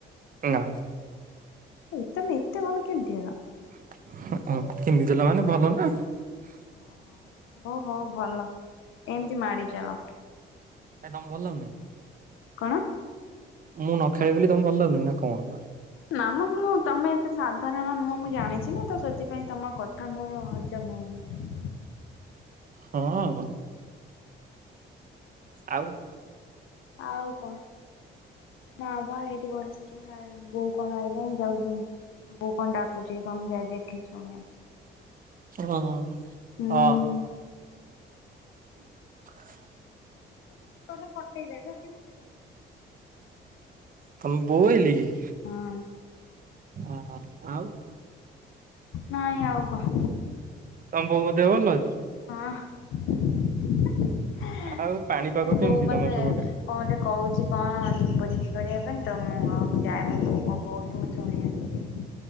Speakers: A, on the right; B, on the left.
A: ନା।
B: ଏତମେ ଏତେ ଭଲ କେମିତି ହେଲ?
A: <unintelligible>
B: ଓହୋ ହଉ ହଉ ଭଲ ଏମିତି ମାଡି ଚାଲ।
A: କାଇଁ ତମ ଭଲାଗୁନି।
B: କଣ?
A: ମୁଁ ନ ଖେଳେ ବୋଲି ତମେ ଭଲ ଲାଗୁନି ନା କଣ ନା?
B: ନା ମ ମୁଁ ତମେ ଏତେ ସାଧାରଣ ନୁହଁ ମୁଁ ଜାଣିଛି ନା ତ ସେଥିପାଇଁ ତମ କଥା ମୋର ହଜମହଉନି।
A: ହଁ ଆଉ।
B: ଆଉ କଣ ମା ବା ଏଇଠି ବସିଛ ଆ ବୋଉ କଣ ଆଇିଲାଣି ଯାଉଛି ବୋଉ କଣ ଡାକୁଛି କଣ ଯାଇ ଦେଖି ଶୁଣି ଆସେ।
A: ହଁ।
B: ହୁଁ।
A: ହଁ। <inaudible>
B: <unintelligible>
A: ତମ ବୋଉ ଆଇଲେ କି?
B: ହଁ
A: ଓହୋ ଆଉ।
B: ନାଇଁ ଆଉ କହ।
A: ତମ ବୋଉଙ୍କ ଦେହ ଭଲ ଅଛି।
B: ହଁ। <unintelligible> କିଛି କଣ ଦୀପ
A: ଆଉ
B: ଜିତି
A: ପାଣିପାଗ
B: କରିବା
A: କେମିତି ତମର
B: ପାଇଁ
A: ସେପଟେ?
B: ତ ମୁଁ ଆଉ ଯାଏ ମୁଁ ବୋଉ କଣ କହୁଛି ମୁଁ ଶୁଣିଆସିକି।